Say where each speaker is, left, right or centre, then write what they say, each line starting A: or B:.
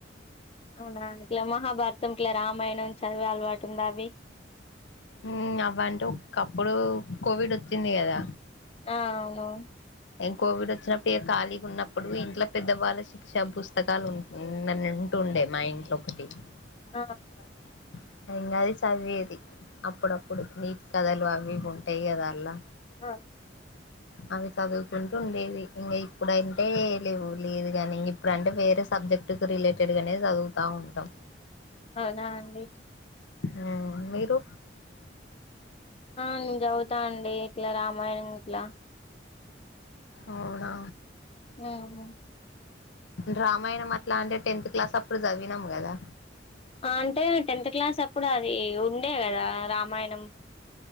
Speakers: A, on the left; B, on the left.
A: అవునా ఇట్లా మహాభారతం ఇట్లా రామాయణం చదివె అలవాటు ఉందా అవి
B: ఊ అవంటే ఒకప్పుడు కోవిడ్ వచ్చింది కదా
A: ఆ ఆవును
B: నేన్ కోవిడ్ వచ్చినప్పుడు ఇక ఖాలిగా ఉన్నప్పుడు ఇంట్ల పెద్దవాళ్లు క్ష పుస్తకాలు ఉ ఉంటుండే మా ఇంట్లో ఒకటి
A: ఆ
B: బాక ఇంకా అది చదివేది అప్పుడప్పుడు నీతి కథలు అవి ఇవి ఉంటాయి కదా అల్లా
A: ఆ
B: అవి చదువుకుంటూ ఉండేది ఇంక ఇప్పుడంటే లేవు లేదు కానీ ఇంగ ఇప్పుడుంటే వేరే సబ్జెక్ట్ కు రిలేటెడ్ గానే చదువుతా ఉంటాం
A: అవునా అండి
B: ఉం మీరు
A: ఆ నేను చదువుతా అండి ఇట్లా రామాయణం ఇట్లా
B: అవునా
A: ఊహు
B: డ్రామాయనం అట్లా అంటే టెన్త్ క్లాస్ అప్పుడు చదివినాం కదా
A: అంటే టెన్త్ క్లాస్ అప్పుడు అది ఉండే కదా రామాయణం